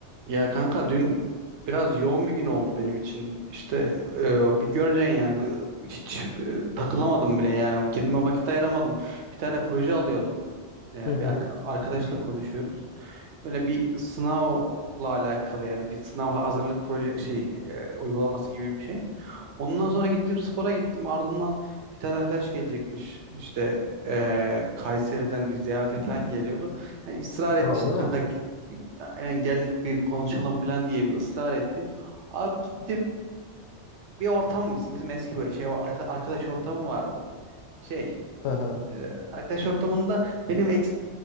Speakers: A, on the right (about 80°); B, on the left (about 75°).
A: Ya kanka dün biraz yoğun bir gün oldu benim için. İşte e, bir göreceksin yani Bu- hiç e, takılamadım bile yani kendime vakit ayıramadım. Bir tane proje alıyordum. E,
B: Hı hı.
A: bir arka- arkadaşla konuşuyoruz. Böyle bir sınavla alakalı yani bir sınav hazırlık proje şey e, uygulaması gibi bir şey. Ondan sonra gittim spora gittim. Ardından bir tane arkadaş gelecekmiş. İşte eee, Kayseri'den bir ziyarete falan geliyordu. Yani ısrar etti
B: Ha,
A: işte
B: Öyle mi?
A: kanka ge- yani gel bir konuşalım falan diye bir ısrar etti. Abi gittim bir ortam bizim bizim eski böyle şey arka- arkadaş ortamı vardı. Şey
B: Hı hı.
A: eee, arkadaş ortamında benim eks-